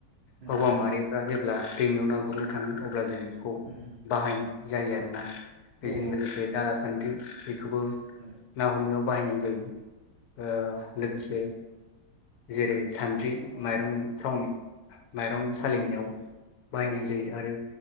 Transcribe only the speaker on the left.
हौवा माहाफ्रा जेब्ला दैमायाव ना गुरनो थाङो अब्ला जों बेखौ
बाहायनाय जायो आरोना। बेजों
लोगोसे दाला सान्द्रि बेखौबो
ना हमनायाव बाहायनाय जायो। ओ लोगोसे जेरै- सान्द्रि माइरं जावनो माइरं सालिनायाव
बाहायनाय
जायो आरो